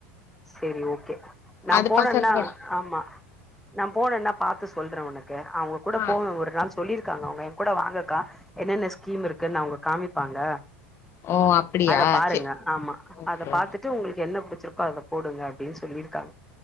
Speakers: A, in the centre; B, on the left.
A: செரி ஓகே நா
B: அது
A: போனேனா
B: பசங்களோட
A: ஆமா நா போனேனா பாத்து சொல்றே உனக்கு அவுங் கூட
B: ஆ
A: போனு ஒரு நாள் சொல்லியிருக்காங்க அவ்ங்க என் கூட வாங்கக்கா என்னென்ன ஸ்கீம் இருக்குன்னு அவுங்க காமிப்பாங்க
B: ஓ அப்டியா
A: அத பாருங்க
B: செரி
A: ஆமா
B: ஓகே
A: அத பாத்துட் டு உங்களுக்கு என்ன புடிச்சிருக்கோ அத போடுங்க அப்டின்னு சொல்லியிருக்காங்க